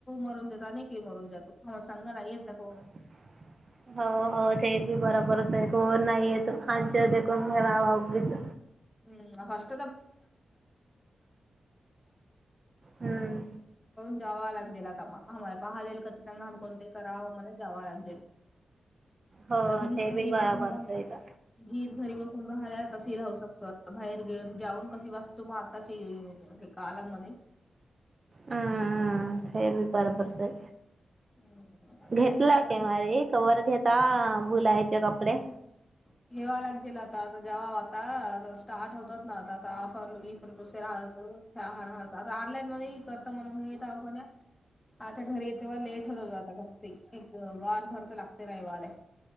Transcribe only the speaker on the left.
मरून जात नकली मरून जातो संघ नाहीय येत न कोन?
<unintelligible> करून
जावा लागेल आता मग आम्हाला पाहालेल कचकन घाल कोणतही कराववा आम्हाला जाववा लागेल.
आम्ही
घरी
बसून घरी
बसून कसे राहू शक बाहेर घेऊन जाऊन कशी वाचतो मग आताची हे का आला मध्ये.
हम्म, संध्यामध्ये
<unintelligible> <unintelligible> <unintelligible>